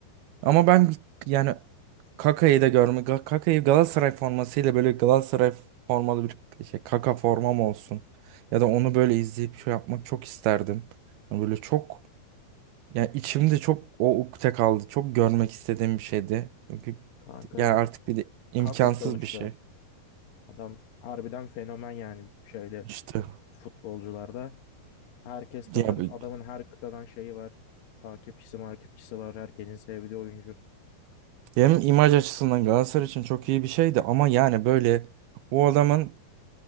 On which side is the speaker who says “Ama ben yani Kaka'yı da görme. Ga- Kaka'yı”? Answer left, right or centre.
Right